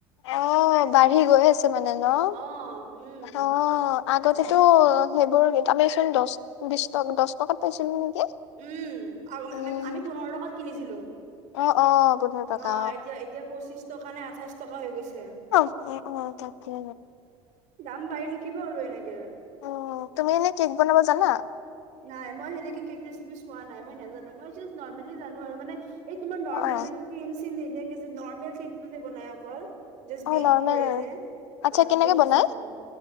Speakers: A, on the left; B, on the right.
A: অ' বাঢ়ি গৈ আছে মানে ন'।
B: অ উম
A: অ'! আগতেটো সেইবোৰ আমিচোন দহ-বিশ টকা দহ টকাত পাইছিলো নেকি।
B: উম' আ-আ-আমি
A: উম
B: আমি পোন্ধৰ টকাত কিনিছিলো।
A: অ' অ'। পোন্ধৰ টকা
B: অ' এতিয়া এতিয়া পঁচিশ টকা নে আঠাইশ টকা হৈ গৈছে।
A: অ' অ' তাকে তাকে।
B: দাম বাঢ়ি থাকিব আৰু এনেকে।
A: অ' তুমি এনে কে'ক বনাব জানা?
B: নাই মই সেনেকে কেক ৰেচিপি চোৱা নাই, মই নাজানো মই জাষ্ট নৰ্মেলি জানো আৰু মানে। এই তোমাৰ নৰ্মেল
A: অ অ
B: যে একো কিৰিম-চিৰিম নিদিয়া যে নৰ্মেল কেকটো যে বনাই অকল। জাষ্ট
A: অ
B: বেক
A: নৰ্মেল
B: কৰে যে অ',
A: আচ্ছা
B: সেইটো
A: কেনেকে
B: দেখিছো
A: বনাই?
B: খালি।